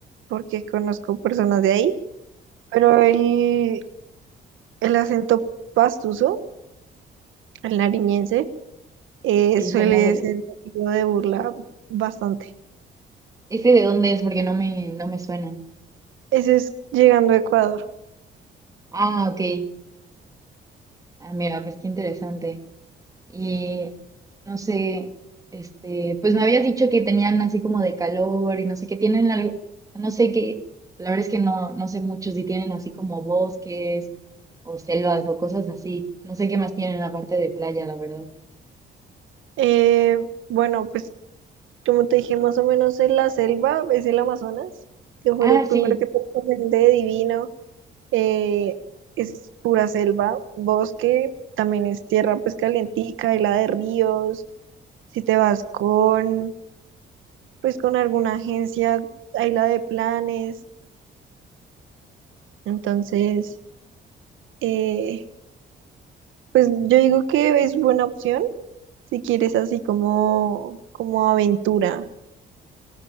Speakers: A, on the right; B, on the right.
A: porque conozco personas de ahí, pero el, el acento pastuso, el nariñense, eh,
B: Oye,
A: suele
B: no sé,
A: ser motivo de burla bastante.
B: ¿Ese de dónde es? Porque no me, no me suena.
A: Ese es llegando a Ecuador.
B: Ah, ok. Ah, mira, pues qué interesante. Y no sé, este, pues me habías dicho que tenían así como de calor y no sé qué tienen algo, no sé qué, la verdad es que no, no sé mucho si tienen así como bosques o selvas o cosas así. No sé qué más tienen aparte de playa, la verdad.
A: Eh, bueno, pues como te dije, más o menos en la selva, es el Amazonas, que fue
B: Ah,
A: el primero
B: sí,
A: que te recomendé, divino. eh, es pura selva, bosque, también es tierra pues calientica, y la de ríos, si te vas con pues con alguna agencia, hay la de planes, entonces eh, pues yo digo que es buena opción si quieres así como, como aventura.